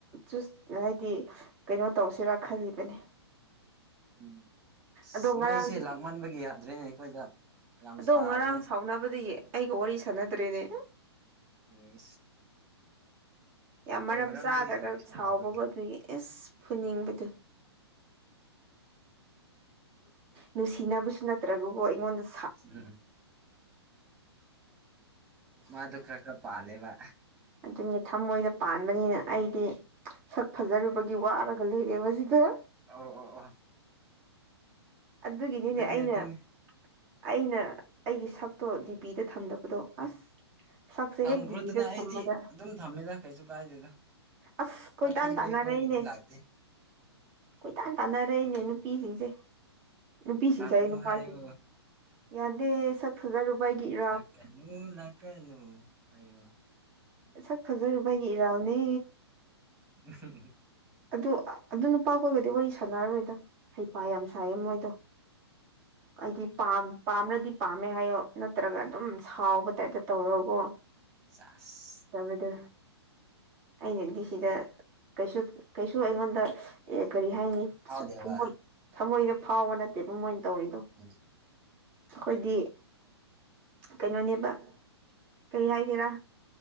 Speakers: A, on the right (about 35°); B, on the right (about 15°).
A: ꯆꯨꯁ ꯍꯥꯏꯗꯤ ꯀꯩꯅꯣ ꯇꯧꯁꯤꯔꯥ ꯈꯜꯂꯤꯕꯅꯤ
B: ꯎꯝ ꯑꯁ
A: ꯑꯗꯣ ꯉꯔꯥꯡꯗꯒꯤ
B: ꯃꯩꯁꯦ ꯂꯥꯛꯃꯟꯕꯒꯤ ꯌꯥꯗ꯭ꯔꯦꯅꯦ ꯑꯩꯈꯣꯏꯗ ꯌꯥꯝ
A: ꯑꯗꯣ
B: ꯁꯥꯔꯦꯅꯦ
A: ꯉꯔꯥꯡ ꯁꯥꯎꯅꯕꯗꯒꯤ ꯑꯩꯒ ꯋꯥꯔꯤ ꯁꯥꯟꯅꯗ꯭ꯔꯦꯅꯦ
B: ꯎꯝ
A: ꯌꯥꯝ
B: ꯀꯩ
A: ꯃꯔꯝ
B: ꯃꯔꯝꯗꯒꯤ
A: ꯆꯥꯗ꯭ꯔꯒ
B: ꯁꯥꯎꯅꯕ꯭ꯔꯣ
A: ꯁꯥꯎꯕꯗꯨꯒꯗꯤ ꯏꯁ ꯐꯨꯅꯤꯡꯕꯗꯨ ꯅꯨꯡꯁꯤꯅꯕꯁꯨ ꯅꯠꯇ꯭ꯔꯒꯀꯣ ꯑꯩꯉꯣꯟꯗꯁꯨ
B: ꯎꯝ ꯃꯥꯗꯨ ꯈꯔ ꯈꯔ ꯄꯥꯜꯂꯦꯕ
A: ꯑꯗꯨꯒꯤ ꯊꯝꯣꯏꯗ ꯄꯥꯟꯕꯅꯤꯅ ꯑꯩꯗꯤ ꯁꯛ ꯐꯖꯔꯨꯕꯒꯤ ꯋꯥꯔꯒ ꯂꯩꯔꯦꯕꯁꯤꯗ
B: ꯑꯣ ꯑꯣ ꯑꯣ
A: ꯑꯗꯨꯒꯤꯅꯤꯅꯦ
B: ꯑꯗꯨꯅꯤ
A: ꯑꯩꯅ
B: ꯑꯗꯨꯅꯤ
A: ꯑꯩꯅ ꯑꯩꯒꯤ ꯁꯛꯇꯣ ꯗꯤ ꯄꯤꯗ ꯊꯝꯗꯕꯗꯣ ꯑꯁ ꯁꯛꯁꯦ
B: ꯊꯝꯈ꯭ꯔꯣꯗꯅ
A: ꯍꯦꯛ ꯗꯤꯄꯤꯗ ꯊꯝꯃꯒ
B: ꯑꯩꯗꯤ ꯑꯗꯨꯝ ꯊꯝꯃꯦꯗ ꯀꯩꯁꯨ ꯀꯥꯏꯗꯦꯗ
A: ꯑꯁ ꯀꯣꯏꯇꯥꯟ
B: ꯁꯛ ꯊꯤꯕ
A: ꯇꯥꯟꯅꯔꯛꯏꯅꯦ
B: ꯑꯩꯈꯣꯏꯒꯤꯗꯤ ꯂꯥꯛꯇꯦ
A: ꯀꯣꯏꯇꯥꯟ ꯇꯥꯟꯅꯔꯛꯏꯅꯦ ꯅꯨꯄꯤꯁꯤꯡ ꯁꯦ ꯅꯨꯄꯤꯁꯤꯡꯁꯦ
B: ꯂꯥꯛꯀꯅꯨ
A: ꯑꯥꯌꯦ ꯅꯨꯄꯥꯁꯤꯡ
B: ꯍꯥꯏꯌꯣ
A: ꯌꯥꯗꯦ ꯁꯛ ꯐꯖꯔꯨꯕ ꯑꯩꯒꯤ ꯏꯔꯥꯜ
B: ꯂꯥꯛꯀꯅꯨ ꯂꯥꯛꯀꯅꯨ ꯍꯥꯏꯌꯣ
A: ꯁꯛ ꯐꯖꯔꯨꯕ ꯑꯩꯒꯤ ꯏꯔꯥꯜꯅꯦ
B: ꯎꯝ ꯎ
A: ꯑꯗꯨ ꯑꯗꯨ ꯅꯨꯄꯥꯈꯣꯏꯒꯗꯤ ꯋꯥꯔꯤ ꯁꯥꯟꯅꯔꯔꯣꯏꯗ ꯍꯩꯄꯥ ꯌꯥꯝ ꯁꯥꯏꯌꯦ ꯃꯣꯏꯗꯣ ꯍꯥꯏꯗꯤ ꯄꯥꯝ ꯄꯥꯝꯔꯗꯤ ꯄꯥꯝꯃꯦ ꯍꯥꯏꯌꯣ ꯅꯠꯇ꯭ꯔꯒ ꯑꯗꯨꯝ ꯁꯥꯎꯕ ꯇꯥꯏꯞꯇ ꯇꯧꯔꯒꯀꯣ
B: ꯆꯥꯁ
A: ꯇꯔꯦꯗꯣ ꯑꯩꯅꯗꯤ ꯁꯤꯗ ꯀꯩꯁꯨ ꯀꯩꯁꯨ ꯑꯩꯉꯣꯟꯗ ꯀꯔꯤ ꯍꯥꯏꯅꯤ
B: ꯐꯥꯎꯗꯦꯕ
A: ꯊꯃꯣꯏ ꯊꯃꯣꯏꯗ ꯐꯥꯎꯕ ꯅꯠꯇꯦꯕ ꯃꯣꯏꯅ ꯇꯧꯔꯤꯗꯣ
B: ꯎ
A: ꯑꯩꯈꯣꯏꯗꯤ ꯀꯩꯅꯣꯅꯦꯕ ꯀꯔꯤ ꯍꯥꯏꯒꯦꯔꯥ